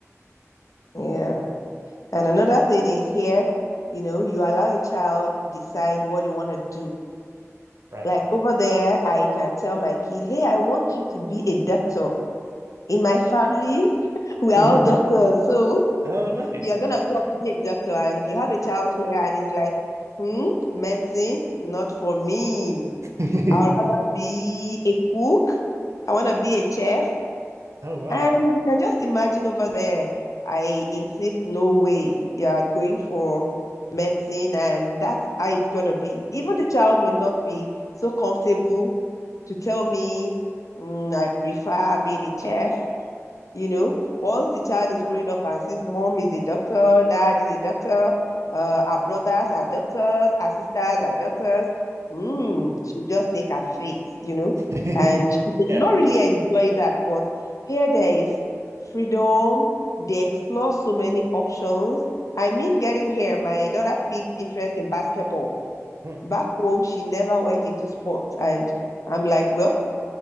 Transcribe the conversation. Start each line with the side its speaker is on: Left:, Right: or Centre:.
Left: yeah. And another thing is here, you know, you allow a child decide what they want to do.
Right: Right.
Left: Like over there, I can tell my kid, hey, I want you to be a doctor. in my family, <laughs> we are
Right: hmm
Left: all doctors. So
Right: Oh, nice.
Left: you're gonna grow up to be a doctor and you have a child here and it's like, hmm, medicine, not for me.
Right: <laughs>
Left: I'd rather be a cook. I wanna be a chef.
Right: Oh, wow.
Left: And you can just imagine over there. I insist, no way. You are going for medicine and that's how it's gonna be. Even the child will not be so comfortable to tell me, "Mm, I prefer being a chef. You know, once the child is growing up and sees mom is a doctor, dad is a doctor, uh, our brothers are doctors, our sisters are doctors, mm, she just take her fate, you know.
Right: <laughs>
Left: And she did
Right: Yeah.
Left: not really enjoy that, but here there is freedom. They explore so many options. I mean, getting here, my daughter picked interest in basketball.
Right: Mhm.
Left: Back home, she never went into sports. And I'm like, well,